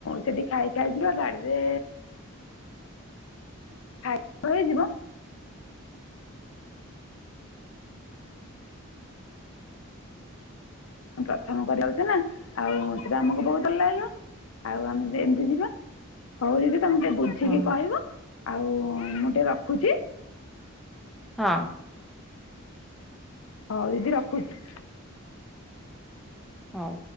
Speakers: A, on the left; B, in the centre.
A: ସେଠି ଖାଇ ଖାଇଯିବା ଗାଡିରେ <inaudible> ହେଇଯିବ। ପ୍ରଥମ କରିଯାଉଛେ ନା ଆଉ ସେଟା ଆମକୁ ବହୁତ ଭଲ ଲାଗିବ ଆଉ ଆମେ ଏମିତି ଯିବା ହଉ ଦିଦି ତମେ ଟିକେ ବୁଝିକି
B: ହଁ
A: କହିବ ଆଉ ମୁଁ ଟିକେ ରଖୁଛି।
B: ହଁ।
A: ହଉ ଦିଦି ରଖୁଛି।
B: ହଉ।